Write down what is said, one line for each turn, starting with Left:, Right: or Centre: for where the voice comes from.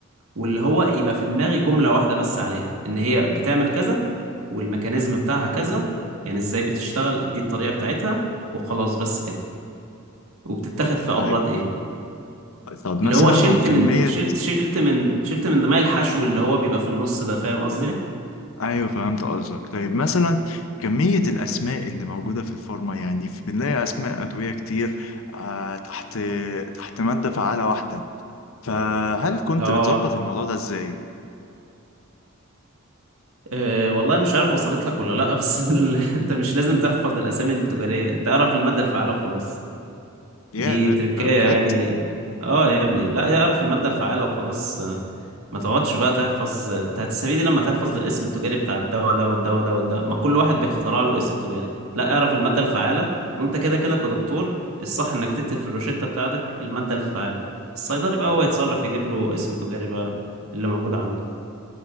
Right: واللي هو يبقى في دماغي جملة واحدة بس عليها ان هي بتعمل كذا والميكانيزم بتاعها كذا يعني ازاي بتشتغل دي الطريقة بتاعتها وخلاص بس كده وبتتاخد في امراض
Left: طيب
Right: ايه
Left: طب مثلا
Right: اللي هو شلت
Left: وكمية
Right: من شلت شلت من شلت من دماغي الحشو اللي هو بيبقى في النص ده فاهم قصدي
Left: أيوه فهمت قصدك طيب مثلا كمية الأسماء اللي موجودة في الفورمة يعني في- بنلاقي أسماء أدوية كتير آه تحت تحت مادة فعالة واحدة فهل كنت
Right: اه
Left: بتظبط الموضوع ده إزاي؟
Right: أه والله انا مش عارف وصلت لك ولا لا بس <laughs> ال... انت مش لازم تحفظ الاسامي التجارية انت اعرف المادة الفعالة وخلاص
Left: ياه
Right: دي تركاية
Left: ده بجد
Right: يعني اه يا ابني لا يعرف المادة الفعالة وخلاص ما تقعدش بقى تحفظ انت هتستفيد إيه لما تحفظ الاسم التجاري بتاع الدواء ده والدواء ده والدواء ما كل واحد بيخترع له اسم تجاري لا اعرف المادة الفعالة وانت كده كده كدكتور الصح انك تكتب في الروشتة بتاعتك المادة الفعالة الصيدلي بقى هو يتصرف يجيب له اسم تجاري بقى اللي موجود عنده